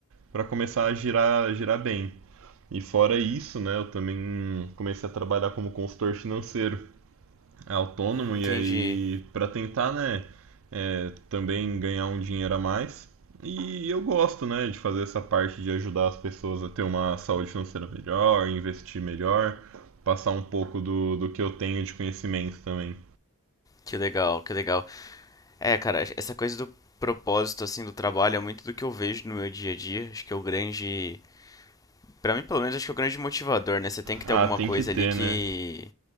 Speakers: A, on the right; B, on the left.
A: para começar a girar, girar bem. E fora isso, né, eu também comecei a trabalhar como consultor financeiro autônomo
B: entendi.
A: e aí para tentar, né, é, também ganhar um dinheiro a mais. E eu gosto, né, de fazer essa parte de ajudar as pessoas a ter uma saúde financeira melhor, investir melhor, passar um pouco do, do que eu tenho de conhecimento também.
B: Que legal, que legal. É, cara, essa coisa do propósito, assim, do trabalho é muito do que eu vejo no meu dia a dia. Acho que é o grande. Pra mim, pelo menos, acho que é o grande motivador, né? Você tem que
A: Ah,
B: ter alguma
A: tem
B: coisa
A: que ter,
B: ali que
A: né?